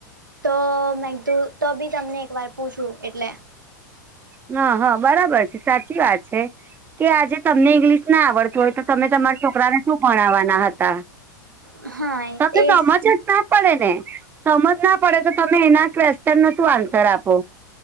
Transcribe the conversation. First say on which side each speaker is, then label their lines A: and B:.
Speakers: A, on the right; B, on the right.
A: તો મેંધું તો બી તમને એકવાર પૂછું એટલે?
B: હ હા બરાબર છે સાચી વાત છે કે આજે તમને ઇંગ્લિશ ના આવડતું હોય તો તમે તમારા છોકરાને શું ભણાવવાના હતા.
A: હા!
B: ત સમજતા
A: એ
B: ના પડે ને સમજ ના પડે તો તમે એના ક્વેશ્ચન નો શું આન્સર આપો?